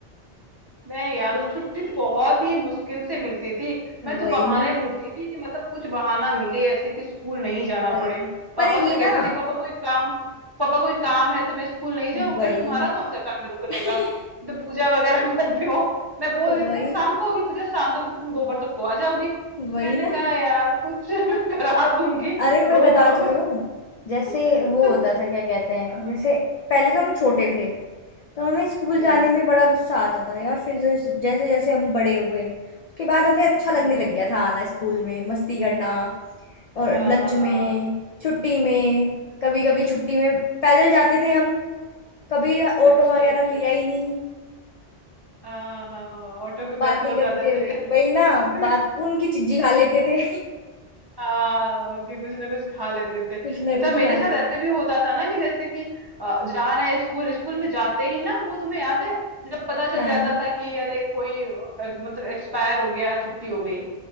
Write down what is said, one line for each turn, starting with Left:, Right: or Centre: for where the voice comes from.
Right: नहीं यार उस छुट्टी तो बहुत ही मुश्किल से मिलती थी
Left: वही
Right: मैं तो बहाने
Left: ना
Right: ढूंढती थी कि मतलब कुछ बहाना मिले ऐसे कि स्कूल नहीं जाना
Left: वही
Right: पड़े
Left: पर
Right: पापा
Left: ये
Right: से कहती
Left: ना
Right: थी पापा कोई काम पापा कोई काम है तो मैं स्कूल नहीं जाऊँ
Left: वही
Right: कह रहे, तुम्हारा कौन सा काम है रुकने
Left: <laughs>
Right: का तो पूजा वगैरह <laughs> घर पे हो मैं बोल
Left: वही
Right: देती कह रहे, शाम
Left: ना
Right: को होगी पूजा शाम तक तो तुम दो बार तक तो आ जाओगी
Left: वही
Right: मैंने
Left: ना
Right: कहा यार कुछ <laughs> मैं करा दूंगी
Left: अरे मैं
Right: रोक
Left: बता
Right: लो
Left: तो
Right: बस
Left: रही हूँ जैसे
Right: <laughs>
Left: वो होता था क्या कहते हैं
Right: हाँ,
Left: जैसे पहले तो हम छोटे थे तो हमें स्कूल
Right: हम्म
Left: जाने में बड़ा गुस्सा आता था यार फिर जैसे जैसे जैसे हम बड़े हुए उसके बाद हमें अच्छा लगने
Right: हम्म
Left: लग गया था आना स्कूल में मस्ती करना और
Right: हाँ
Left: लंच
Right: हाँ
Left: में छुट्टी में कभी कभी छुट्टी में पैदल जाते थे हम कभी ऑटो
Right: अच्छा
Left: वगैरह
Right: अच्छा
Left: लिया ही नहीं
Right: हाँ हाँ ऑटो के पैसे
Left: बातें
Right: बचाते
Left: करते हुए
Right: थे
Left: वही ना
Right: <laughs>
Left: बात उनकी चिज्जी खा लेते थे
Right: हाँ उनके कुछ ना कुछ खा लेते
Left: <laughs>
Right: थे
Left: कुछ ना
Right: अच्छा
Left: कुछ
Right: मेरे
Left: खा
Right: साथ
Left: लेते
Right: ऐसे भी होता था ना कि जैसे कि अ, जा रहे हैं स्कूल स्कूल में जाते ही ना वो तुम्हें याद है जब पता चल
Left: हाँ
Right: जाता था कि अरे कोई अ, मतलब एक्सपायर हो गया छुट्टी हो गई